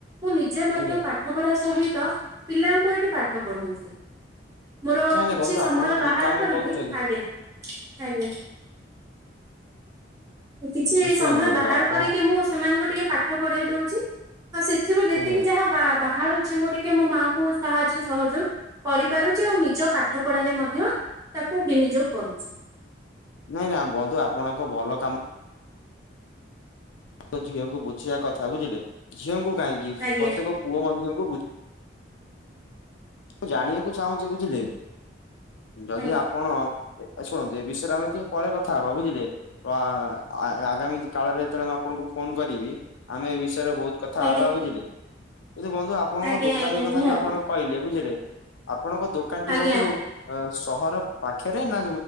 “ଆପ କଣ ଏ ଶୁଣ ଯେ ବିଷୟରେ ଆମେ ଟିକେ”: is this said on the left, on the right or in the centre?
Left